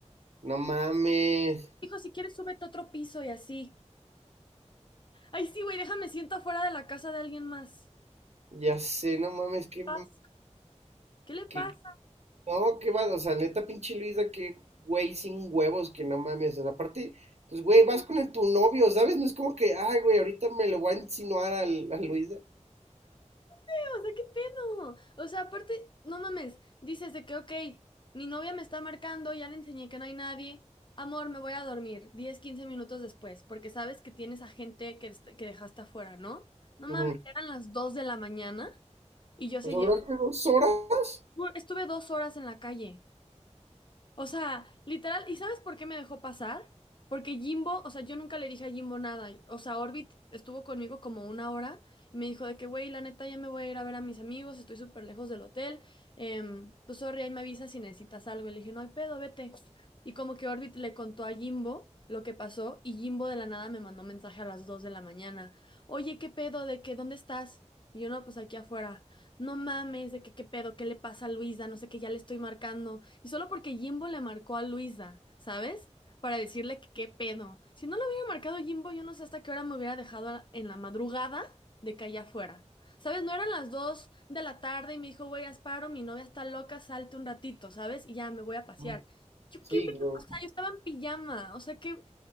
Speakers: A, on the right (about 60°); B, on the left (about 40°).
A: No mames,
B: Dijo, si quieres, súbete a otro piso y así. Ay, sí, güey, déjame siento afuera de la casa de alguien más.
A: ya sé, no mames, qué,
B: Paz. ¿Qué le
A: qué
B: pasa?
A: No, qué va, o sea, neta, pinche Luisa, qué güey sin huevos, que no mames. O sea, aparte, pues güey, vas con el- tu novio, ¿sabes? No es como que, ay, güey, ahorita me lo voy a insinuar al- a, Luisa.
B: <laughs> O sea, ¿qué pedo? O sea, aparte, no mames, dices de que, ok, mi novia me está marcando, ya le enseñé que no hay nadie. Amor, me voy a dormir 10 15 minutos después, porque sabes que tienes a gente que, est- que dejaste afuera, ¿no? No
A: Ujú.
B: mames, eran las 2 de la mañana y yo
A: O
B: seguía.
A: sea, ¿duró que dos horas?
B: Estuve dos horas en la calle. O sea, literal, ¿y sabes por qué me dejó pasar? Porque Jimbo, o sea, yo nunca le dije a Jimbo nada. y- O sea, Orbit estuvo conmigo como una hora y me dijo de que, güey, la neta ya me voy a ir a ver a mis amigos, estoy súper lejos del hotel. em, pues, sorry, ahí me avisas si necesitas algo. Y le dije, no hay pedo, vete. Y como que Orbit le contó a Jimbo lo que pasó y Jimbo de la nada me mandó mensaje a las 2 de la mañana. Oye, ¿qué pedo? ¿De qué? ¿Dónde estás? Y yo, no, pues aquí afuera. No mames, de que qué pedo, qué le pasa a Luisa, no sé qué, ya le estoy marcando. Y solo porque Jimbo le marcó a Luisa, ¿sabes? Para decirle que qué pedo. Si no le hubiera marcado Jimbo, yo no sé hasta qué hora me hubiera dejado a- en la madrugada de que allá fuera. ¿Sabes? No eran las dos de la tarde y me dijo, güey, Asparo, mi novia está loca, salte un ratito, ¿sabes? Y ya me voy a pasear.
A: Ujú.
B: Yo
A: Sí,
B: qué pedo,
A: güey.
B: o sea, yo estaba en pijama, o sea, que...